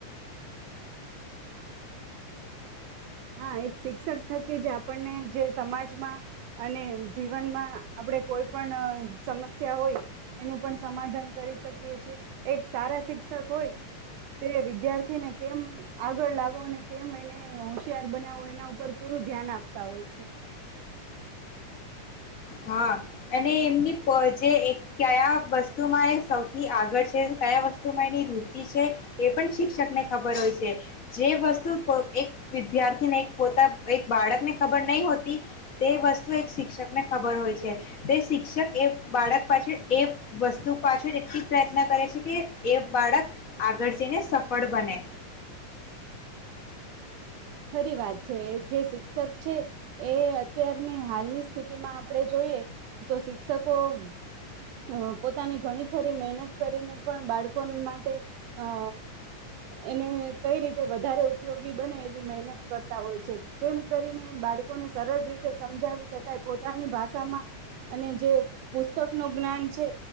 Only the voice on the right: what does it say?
<inaudible> હા! એક શિક્ષક થકી જ આપણને જે સમાજમાં અને જીવનમાં આપણે કોઈ પણ સમસ્યા હોય, એનું પણ સમાધાન કરી શકીએ છે. એક સારા શિક્ષક હોય તે વિદ્યાર્થીને કેમ આ આગળ લાવો ને, કેમ એને હોશિયાર બનાવો, એના ઉપર પૂરું ધ્યાન આપતા હોય છે.
ખરી વાત છે. જે શિક્ષક છે એ અત્યારની હાલની સ્થિતિમાં આપણે જોઈએ, તો શિક્ષકો અ પોતાની ઘણી ખરી મહેનત કરીને પણ બાળકોન માટે અ એને કઈ રીતે વધારે ઉપયોગી બને મહેનત કરતા હોય છે. કેમ કરીને બાળકોને સરળ રીતે સમજાવી શકાય પોતાની ભાષામાં અને જે પુસ્તકનું જ્ઞાન છે